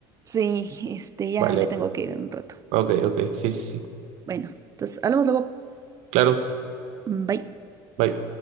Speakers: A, on the right; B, on the right.
A: Sí, este, ya
B: Vale,
A: me tengo
B: vale.
A: que ir en un rato.
B: Ok, ok. Sí, sí, sí.
A: Bueno, entonces hablamos luego.
B: Claro.
A: Bye.
B: Bye.